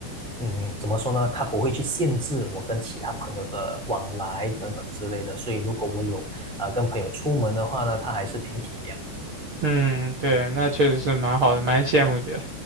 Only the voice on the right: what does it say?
嗯，对，那确实是蛮好的，蛮羡慕你的。